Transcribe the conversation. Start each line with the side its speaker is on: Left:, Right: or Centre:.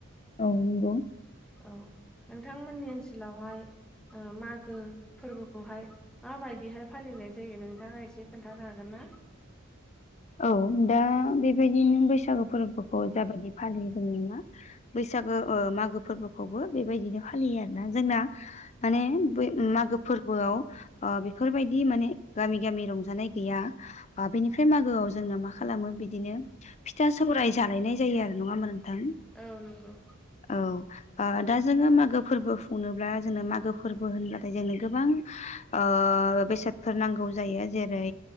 Left: औ नंगौ
Centre: औ नोंथां मोननि ओनसोलावहाय ओ मागो फोरबोखौहाय माबायदिहाय फालिनाय जायो नोंथाङा एसे खोन्थानो हागोन ना?
Left: औ दा बेबायदिनो बैसागु फोरबोखौ जाबायदि फालियो जोंनि मा बैसागो ओ मागो फोरबोखौबो बेबायदिनो फालियो आरोना जोंना माने बै मागो फोरबोआव अ बेफोरबायदि माने गामि गामि रंजानाय गैया आ बेनिफ्राय मागो मागोआव जोंना मा खालामो बिदिनो फिथा सौराय जालायनाय जायो आरो नङा होमबा नोंथां
Centre: औ नंगौ
Left: औ ओ दा जोङो मागो फोरबो खुंनोब्ला जोंनो मागो फोरबो होनब्लाथाय जोंनो गोबां ओ बेसादफोर नांगौ जायो जेरै